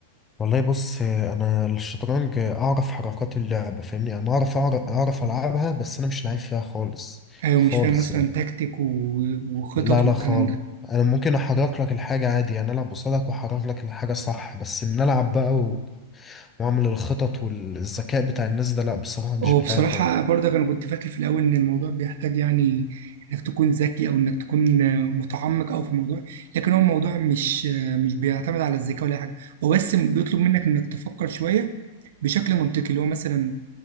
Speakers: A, on the left; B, on the right.
A: والله بص انا الشطرنج اعرف حركات اللعبة فاهمني انا اعرف اعرف أعرف العبها بس انا مش لعيب فيها خالص
B: أيوة
A: خالص
B: مش فاهم مثلا
A: يعني
B: تكتيك و- وخطط
A: لا لا
B: والكلام
A: خالص
B: ده
A: انا ممكن احرك لك الحاجة عادي يعني العب قصادك واحرك لك الحاجة صح بس ان العب بقى واعمل الخطط والذكاء بتاع الناس ده لا بصراحة مش
B: هو
A: بتاعي
B: بصراحة
A: خالص
B: برضك أنا كنت فاكر في الأول إن الموضوع بيحتاج يعني إنك تكون ذكي أو إنك تكون آه، متعمق أو في الموضوع لكن هو الموضوع مش آه، مش بيعتمد على الذكاء ولا أي حاجة هو بس بيطلب منك إنك تفكر شوية بشكل منطقي اللي هو مثلا